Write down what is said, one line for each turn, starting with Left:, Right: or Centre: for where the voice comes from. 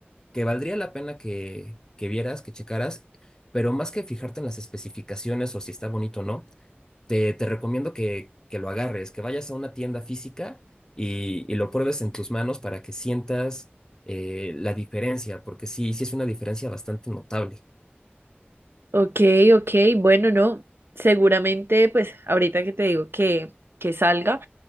Left: que valdría la pena que, que vieras, que checaras, pero más que fijarte en las especificaciones o si está bonito o no, te, te recomiendo que, que lo agarres, que vayas a una tienda física y, y lo pruebes en tus manos para que sientas eh, la diferencia, porque sí, sí es una diferencia bastante notable.
Right: Ok, ok, bueno, no, seguramente, pues ahorita que te digo que, que salga.